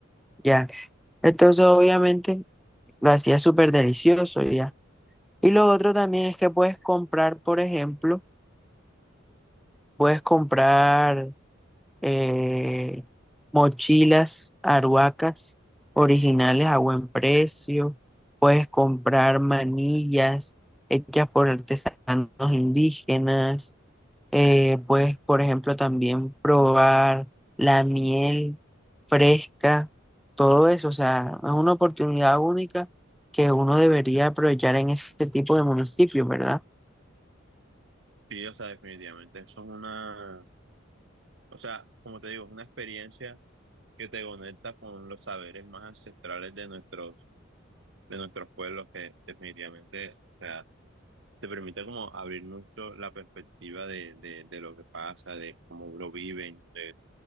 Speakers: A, in the centre; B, on the right.
A: Ya. Entonces, obviamente, lo hacía súper delicioso, ya. Y lo otro también es que puedes comprar, por ejemplo, Puedes comprar eh, mochilas aruacas originales a buen precio. Puedes comprar manillas hechas por artesanos indígenas. Eh, puedes, por ejemplo, también probar la miel fresca. Todo eso, o sea, es una oportunidad única que uno debería aprovechar en este tipo de municipios, ¿verdad?
B: Sí, o sea, definitivamente. Eso es una, o sea, como te digo, es una experiencia que te conecta con los saberes más ancestrales de nuestros, de nuestros pueblos, que definitivamente, o sea, te permite como abrir mucho la perspectiva de, de, de lo que pasa, de cómo lo viven, de,